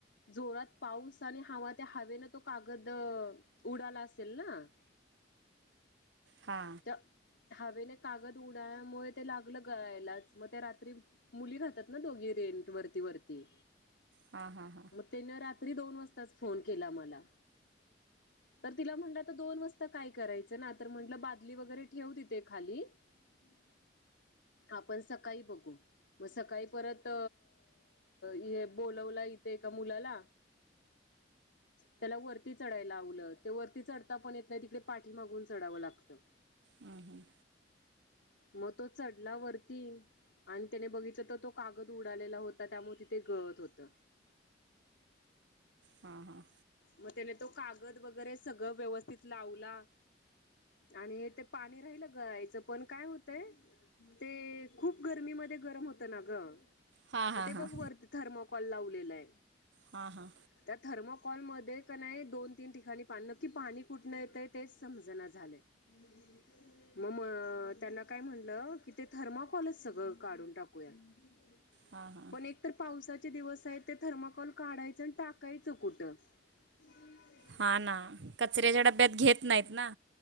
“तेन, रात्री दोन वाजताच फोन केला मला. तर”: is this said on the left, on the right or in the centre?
Left